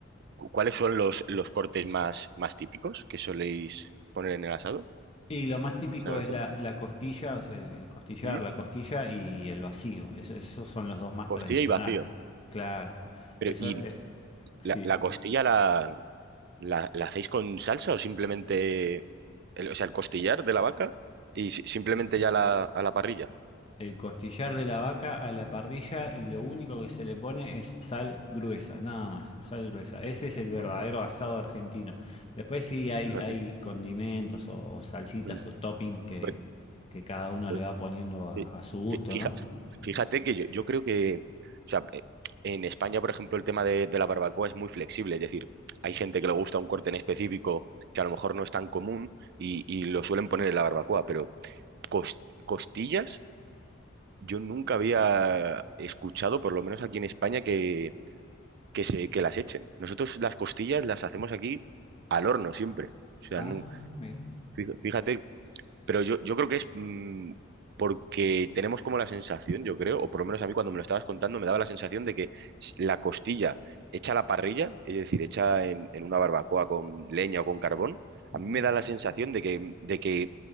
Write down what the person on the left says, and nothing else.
Y lo más típico
es
la, la costilla, o sea, el, el costillar,
la costilla y el vacío. Eso- esos son los dos más
tradicionales.
Claro.
Eso
eh, sí.
El costillar de la vaca a la parrilla y lo único que se le pone es sal gruesa, nada más, sal gruesa. Ese es el verdadero
asado argentino. Después sí hay,
hay condimentos o, o salsitas
o toppings que,
que cada uno
le va poniendo a,
a su gusto,
¿no?
Ah,
mira.
Ujú.